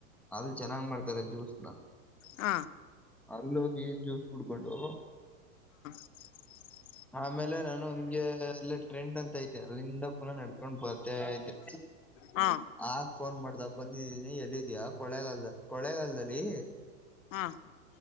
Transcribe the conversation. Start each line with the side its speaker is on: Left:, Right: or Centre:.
Centre: ಅಲ್ ಚೆನ್ನಾಗ್ ಮಾಡ್ತಾರೆ ಜ್ಯೂಸ್ನಾ
Left: ಹ
Centre: ಅಲ್ಲೋಗಿ ಜ್ಯೂಸ್ ಕುಡ್ಕೊಂಡು
Left: <inaudible>
Centre: ಆಮೇಲೆ ನಾನು ಹಂಗೆ ಅಲ್ಲೇ ಟ್ರೆಂಡ್ ಅಂತ ಐತೆ ಅಲ್ಲಿಂದ ಪುನಃ ನಡ್ಕೊಂಡ್ ಬರ್ತಾ ಇದ್ದೆ
Left: ಹ್ಮ್
Centre: ಆಗ್ ಫೋನ್ ಮಾಡ್ದಗ್ ಬಂದಿದ್ದೀನಿ ಎಲ್ಲಿದಿಯ ಕೊಳೆಗಾಲದ್ ಕೊಳೆಗಾಲದಲ್ಲಿ
Left: ಹ್ಮ್